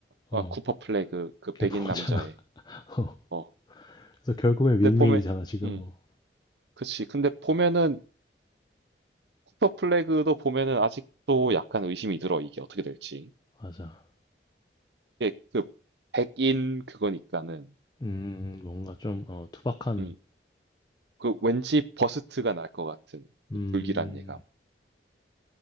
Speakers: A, on the right (about 75°); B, on the left (about 25°).
A: 어,
B: 어,
A: 쿠퍼 플레이 그, 그
B: 걔
A: 백인
B: <laughs> 보잖아
A: 남자의,
B: <laughs> 어.
A: 어.
B: 그래서 결국엔
A: 근데
B: 윈윈이잖아,
A: 보면,
B: 지금.
A: 음,
B: 어,
A: 그치. 근데 보면은 쿠퍼 플래그도 보면은 아직도 약간 의심이 들어, 이게 어떻게 될지.
B: 맞아.
A: 이게 그 백인 그거니까는
B: 음, 뭔가 좀, 어, 투박한,
A: 음, 그 왠지 버스트가 날 것 같은
B: 음,
A: 그 불길한 예감.